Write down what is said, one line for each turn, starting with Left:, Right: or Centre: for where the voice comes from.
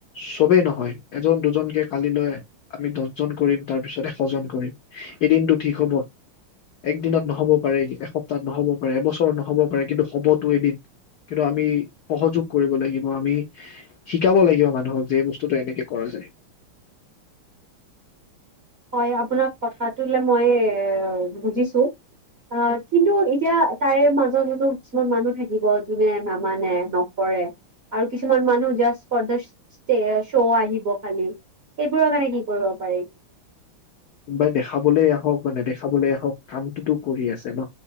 Left: চবেই নহয়, এজন দুজনকে কালিলৈ আমি দহজন কৰিম, তাৰ পিছত এশজন কৰিম, এদিনটো ঠিক হ'ব। একদিনত নহ'ব পাৰে, এসপ্তাহত নহ'ব পাৰে, এবছৰ নহ'ব পাৰে, কিন্তু হবতো এদিন। কিন্তু আমি সহযোগ কৰিব লাগিব, আমি শিকাব লাগিব মানুহক যে এই বস্তুটো এনেকে কৰা যায়।
Right: হয়, আপোনাৰ কথাটো মই বুজিছো কিন্তু এতিয়া তাৰে মাজতো কিছুমান মানুহ থাকিব যোনে নামানে নকৰে আৰু কিছুমান মানুহ জাষ্ট ফৰ দ শ্ব' আহিব খালি সেইবোৰৰ কাৰণে কি কৰিব পাৰি?
Left: কোনোবাই দেখাবলৈ আহক বা নেদেখাবলৈ আহক, কামটোতো কৰি আছে ন।